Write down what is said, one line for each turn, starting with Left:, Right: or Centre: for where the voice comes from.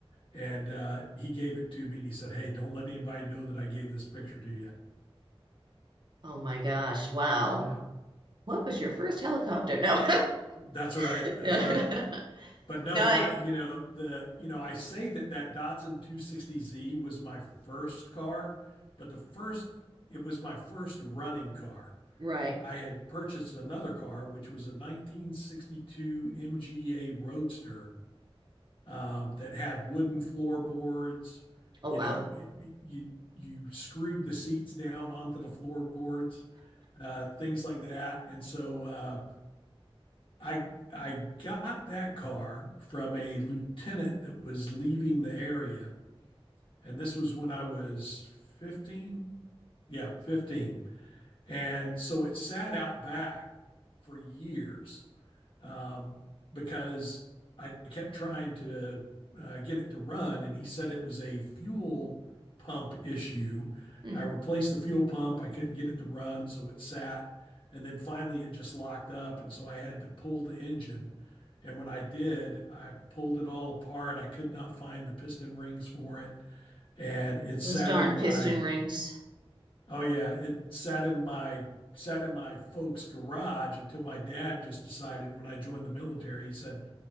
Left: and uh, he gave it to me, and he said, "Hey, don't let anybody know that I gave this picture to you."
Right: Oh my gosh. Wow.
Left: Yeah,
Right: What was your first helicopter? No.
Left: that's all right.
Right: <laughs>
Left: That's all right. But no,
Right: No,
Left: my,
Right: I,
Left: you know, the, you know, I say that that Datsun 260Z was my first car, but the first, it was my first running car.
Right: right.
Left: I had purchased another car, which was a 1962 MGA Roadster uh, that had wooden floorboards.
Right: Oh
Left: You
Right: wow.
Left: know, it, you you screwed the seats down onto the floorboards, uh, things like that. And so uh, I I got that car from a lieutenant that was leaving the area, and this was when I was 15. Yeah, 15. And so it sat out back for years um, because I kept trying to uh, get it to run, and he said it was a fuel pump issue.
Right: Hmm.
Left: I replaced the fuel pump. I couldn't get it to run, so it sat. And then finally, it just locked up. And so I had to pull the engine. And when I did, I pulled it all apart. I could not find the piston rings for it. And it sat
Right: Those darn
Left: in my
Right: piston rings.
Left: Oh yeah, it sat in my sat in my folks' garage until my dad just decided when I joined the military, he said,